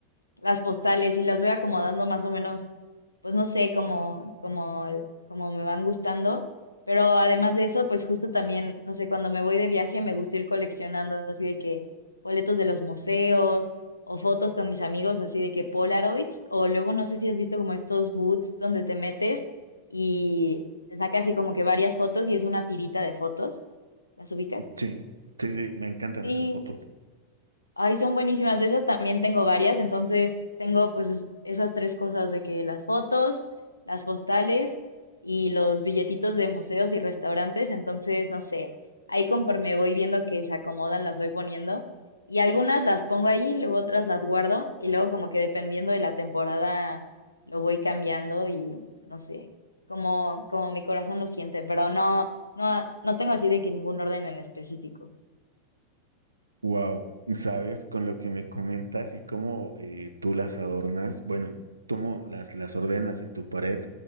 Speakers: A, on the left (about 80°); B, on the right (about 80°).
A: las postales y las voy acomodando más o menos, pues no sé, como, como, como me van gustando. Pero además de eso, pues justo también, no sé, cuando me voy de viaje me gusta ir coleccionando así de que boletos de los museos o fotos con mis amigos así de que Polaroids o luego no sé si has visto como estos boots donde te metes y te saca así como que varias fotos y es una tirita de fotos. ¿Las ubicas?
B: Sí, sí, sí, me encantan
A: Sí,
B: esas fotos.
A: Ay, son buenísimas. De esas también tengo varias. Entonces, tengo pues es- esas tres cosas de que las fotos, las postales y los billetitos de museos y restaurantes. Entonces, no sé, ahí conforme voy viendo que se acomodan, las voy poniendo. Y algunas las pongo ahí, luego otras las guardo y luego como que dependiendo de la temporada lo voy cambiando y no sé, como, como mi corazón lo siente, pero no, no, no tengo así de que ningún orden en específico.
B: Wow, ¿sabes? Con lo que me comentas y cómo eh, tú las adornas, bueno, cómo las, las ordenas en tu pared.